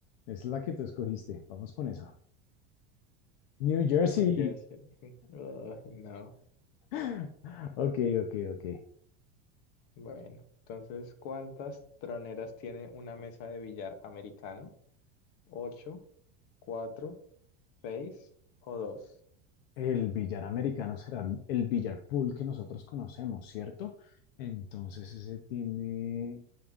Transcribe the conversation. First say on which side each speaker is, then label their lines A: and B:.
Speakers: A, on the left; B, on the left.
A: Es la que tú escogiste. Vamos con esa. New Jersey.
B: <laughs> New Jersey. Ay, no.
A: <laughs> Ok, ok, ok.
B: Bueno, entonces, ¿cuántas troneras tiene una mesa de billar americano? ¿Ocho, cuatro, seis o dos?
A: El billar americano será el billar pool que nosotros conocemos, ¿cierto? Entonces ese tiene